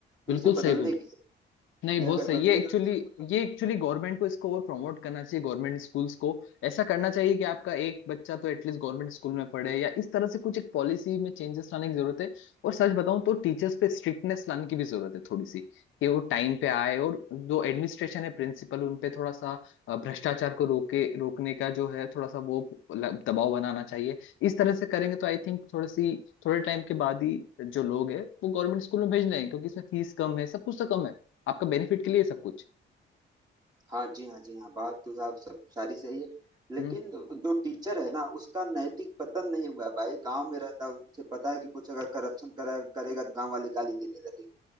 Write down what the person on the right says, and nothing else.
तो
इसे
बदलने
की जरूरत
है। अगर
बदलेगा
तो सब कुछ बदलेगा
हाँ जी हाँ जी हाँ बात तो आप सब सारी सही है लेकिन
जो टीचर है ना उसका नैतिक पतन नहीं हुआ है भाई गांव में रहता है उसे पता है कि कुछ अगर करप्शन करा करेगा तो गांव वाले गाली देने लगेंगे